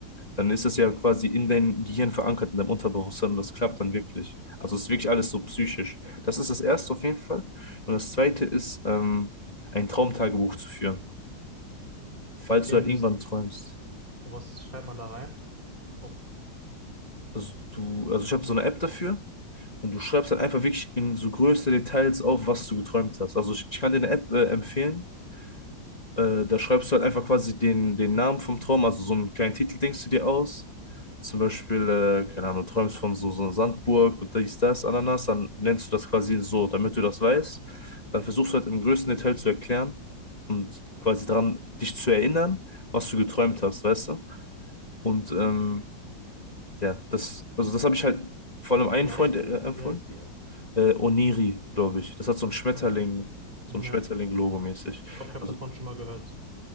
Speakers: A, on the left; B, on the right.
A: dann ist das ja quasi in deinem Gehirn verankert, in deinem Unterbewusstsein und das klappt dann wirklich. Also es ist wirklich alles so psychisch. Das ist das Erste auf jeden Fall. Und das Zweite ist, ähm, ein Traumtagebuch zu führen, falls
B: Okay,
A: du
B: und
A: halt
B: dieses,
A: irgendwann träumst.
B: was schreibt man da rein? Auf
A: Also du, also ich habe so eine App dafür und du schreibst halt einfach wirklich in so größte Details auf, was du geträumt hast. Also ich, ich kann dir eine App äh, empfehlen. Äh, da schreibst du halt einfach quasi den, den Namen vom Traum, also so einen kleinen Titel denkst du dir aus. Zum Beispiel, äh, keine Ahnung, du träumst von so, so einer Sandburg und dies, das, Ananas, dann nennst du das quasi so, damit du das weißt. Dann versuchst du halt im größten Detail zu erklären und quasi daran dich zu erinnern, was du geträumt hast, weißt du? Und ähm, ja, das, also das habe ich halt vor allem einen
B: Wie
A: Freund
B: heißt
A: äh,
B: die?
A: empfohlen.
B: Wie heißt die App?
A: Äh, Oniri, glaube ich. Das hat so ein Schmetterling,
B: Ja. Ja,
A: so ein Schmetterling-Logo mäßig.
B: ich glaube, ich habe
A: Also,
B: davon schon mal gehört.